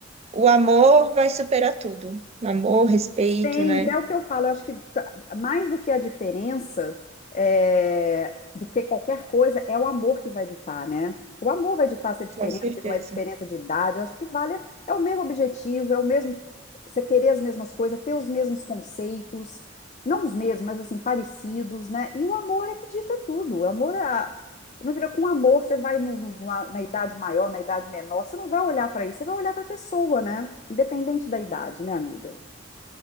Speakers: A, on the right (about 30°); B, on the left (about 35°).
A: o amor vai superar tudo. Amor, respeito,
B: Sempre,
A: né?
B: é o que eu falo, eu acho que ta- mais do que a diferença, é, do que qualquer coisa, é o amor que vai ditar, né? O amor vai ditar se é diferença,
A: Com certeza.
B: se não é diferença de idade, eu acho que vale, é o mesmo objetivo, é o mesmo, você querer as mesmas coisas, ter os mesmos conceitos, não os mesmos, mas assim, parecidos, né? E o amor é que dita tudo, o amor é, a- meu filho, com amor você vai no- no- na, na idade maior, na idade menor, você não vai olhar para isso, você vai olhar para a pessoa, né? Independente da idade, né, amiga?